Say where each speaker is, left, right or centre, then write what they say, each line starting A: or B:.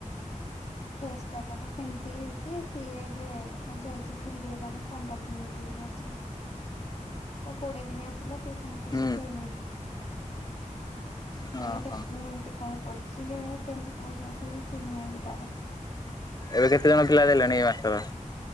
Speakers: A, on the left; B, on the left.
A: ଫେସ୍ ଟା ତାର ସେମିତି ସିଏ ଏବେ କଣ ଯାଇଛି ବୁଲିବାକୁ ପନ୍ଦର ଦିନ ବୁଲିକି ଆସିବ। କୋଡିଏ ଦିନ ଆସିଲା ଟିଉସନ ପଇସା
B: ହୁଁ
A: ଦେଇନି। କେଜାଣି
B: ହଁ
A: କେତେ
B: ହଁ
A: ଦିନ ଏମତି କଣ କରୁଛି କେମିତି କଣ ଠିକ୍ ନାହିଁ ବି ତାର।
B: ଏବେ କେତେ ଜଣ ପିଲା ଦେଲେଣି ଏଇ ମାସର?